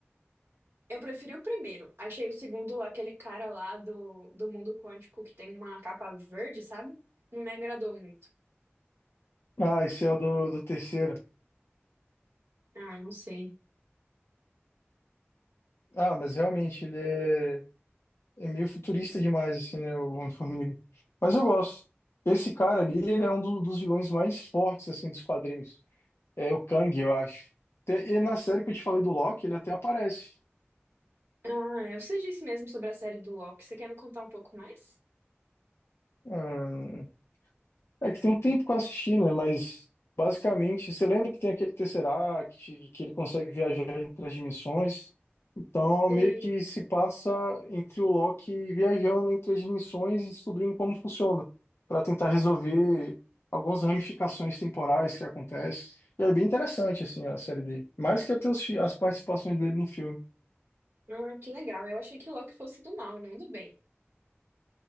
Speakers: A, on the right (about 65°); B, on the left (about 75°).
A: Eu preferi o primeiro. Achei o segundo aquele cara lá do, do mundo quântico que tem uma capa verde, sabe? Não me agradou muito.
B: Ah, esse é o do, do terceiro.
A: Ah, não sei.
B: Ah, mas realmente ele é, é meio futurista demais, assim, né? O Homem-Formiga. Mas eu gosto. Esse cara ali, ele é um do- dos vilões mais fortes, assim, dos quadrinhos. É o Kang, eu acho. Te- E na série que eu te falei do Loki, ele até aparece.
A: Ah, é, você disse mesmo sobre a série do Loki. Você quer me contar um pouco mais?
B: Ah, É que tem um tempo que eu assisti, né? Mas basicamente, você lembra que tem aquele Tesseract, e que ele consegue viajar entre as dimensões? Então,
A: Sei.
B: meio que se passa entre o Loki viajando entre as dimensões e descobrindo como funciona, para tentar resolver algumas ramificações temporais que acontecem. E é bem interessante, assim, a série dele. Mais que até os fi- as participações dele no filme.
A: Ah, que legal. Eu achei que o Loki fosse do mal, não do bem.